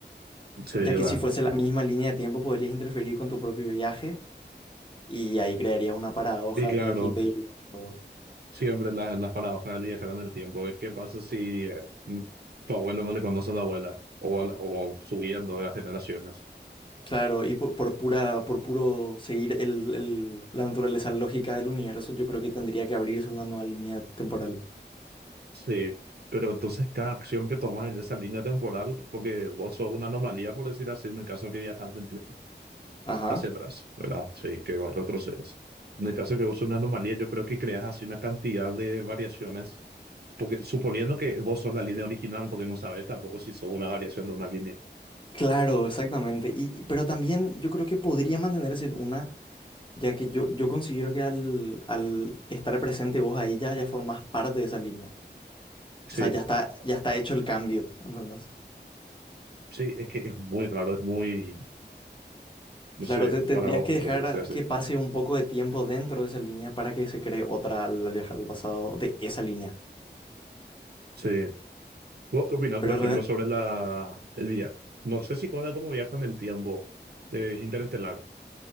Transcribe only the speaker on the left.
ya
que si fuese la misma línea de tiempo podrías interferir con tu propio viaje y ahí crearías una paradoja
que, que impediría todo.
Claro, y por, por pura, por puro seguir el, el- la naturaleza lógica del universo, yo creo que tendría que abrirse una nueva línea temporal.
Ajá.
Claro, exactamente. Y, y- pero también yo creo que podría mantenerse en una, ya que yo, yo considero que al, al estar presente vos ahí ya, ya formás parte de esa línea. O
sea, ya está, ya está hecho el cambio, ¿entendés?
Claro,
te- tendrías
que dejar
que pase un poco de tiempo dentro de esa línea para que se cree otra al al viajar al pasado de esa línea.
Pero,
re-